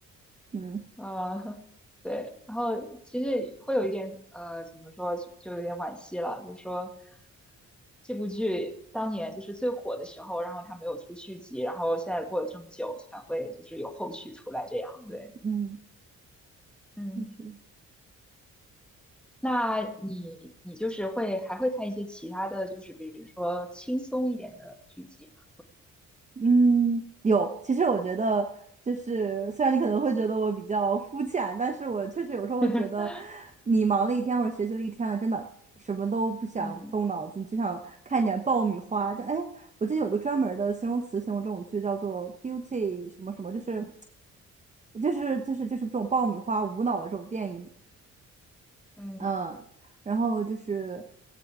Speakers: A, on the right; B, in the centre.
A: 嗯
B: <laughs> 啊、呃，对，然后其实会有一点呃，怎么说，就就有点惋惜了，就是说这部剧当年就是最火的时候，然后它没有出续集，然后现在过了这么久才会就是有后续出来这样，对，
A: 嗯，
B: 嗯，
A: 确实
B: 那你你就是会还会看一些其他的就是比如说轻松一点的剧集吗？
A: 嗯，有。其实我觉得，就是虽然你可能会觉得我比较肤浅，但是我确实有时候会觉得，
B: <laughs>
A: 你忙了一天或者学习了一天了，真的什么都不想动脑子，
B: 嗯
A: 只想看一点爆米花。就哎，我记得有一个专门儿的形容词形容这种剧，叫做 “guilty” 什么什么，就是就是就是就是这种爆米花无脑的这种电影。
B: 嗯。
A: 嗯，然后就是，